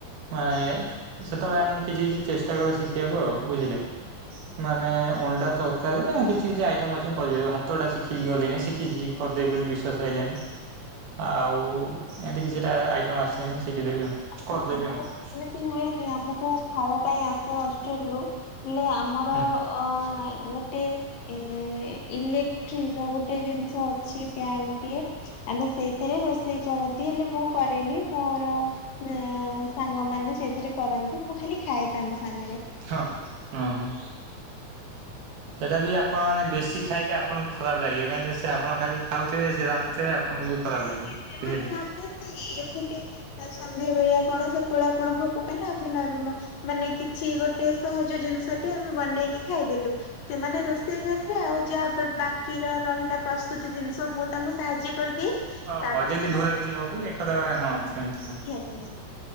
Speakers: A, on the right; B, on the left.
A: ମାନେ ସେତେବେଳେ ଆ ମୁକୁ କିଛି କିଛି ଚେଷ୍ଟା କଲେ ଶିଖିବାକୁ ଆଉ ବୁଝିଲେ। ମାନେ ଅଣ୍ଡା ତରକାରୀ ନା କିଛି କିଛି ଆଇଟମ ଅଛି କରିପାରିବେ ଭାତ ଟା ଶିଖି ଗଲିଣି ଶିଖିଛି। କରିଦେଇବି ବୋଲି ବିଶ୍ୱାସ ହେଇଲାନି। ଆଉ ଏମିତି କିଛିଟା ଆଇଟମ ଆସିଲେଣି ଶିଖିଦବି ଆଉ କରିଦେବି
B: ହଁ, ଆମକୁ
A: ଆଉ।
B: ଏମିତି ହୁଏନି ଆମକୁ ଖାଇବା ପାଇଁ ଆସେ ଅଷ୍ଟଲୁ। ହେଲେ ଆମର
A: ହୁଁ
B: ଅ ଗୋଟେ ଏ ଇଲେକ୍ଟ୍ରି ର ଗୋଟେ ଜିନିଷ ଅଛି ପ୍ୟାଣ୍ ଟିଏ। ଆମେ ସେଇଥିରେ ରୋଷେଇ କରନ୍ତି ହେଲେ ମୁଁ କରେନି ମୋର ଅ ସାଙ୍ଗମାନେ ସେଥିରେ କରନ୍ତି ମୁଁ ଖାଲି ଖାଏ ତାଙ୍କ ସାଙ୍ଗରେ।
A: ହଁ ହଁ ହଁ। ସେଟା ବି ଆପଣ ମାନେ ବେଶୀ ଖାଇଲେ ଆପଣଙ୍କୁ ଖରାପ ଲାଗିବ କାହିଁକି ସେ ଆପଣ ଖାଲି ଖାଉଥିବେ ସେ ରାନ୍ଧୁଥିବେ ଆପ ହଁ ବି ଖରାପ ଲାଗିବ
B: ସେମାନେ
A: ବୁଝିଲେ।
B: ଏମିତି <inaudible> ସନ୍ଧ୍ୟା ବେଳିଆ କଣ ସକାଳେ କଣ ଭୋକ କଲେ <inaudible> ମାନେ କିଛି ଗୋଟେ ସହଜ ଜିନିଷଟି ଆମେ ବନେଇକି ଖାଇଦେଲୁ। ସେମାନେ ରୋଷେଇ କରିବେ ଆଉ ଯାହା ବା ବାକି ବାକି ର ରହିଲା ପ୍ରସ୍ତୁତି ଜିନିଷ ମୁଁ ତାଙ୍କୁ ସାହାଯ୍ୟ କରିଦିଏ।
A: ଓ
B: ତାପରେ
A: ହଉ ଯେମିତି
B: ସେମାନେ
A: ଧୁଆ ଧୁଇ ହବ ଏକର ହଁ ସେମତି ହଁ।
B: <inaudible>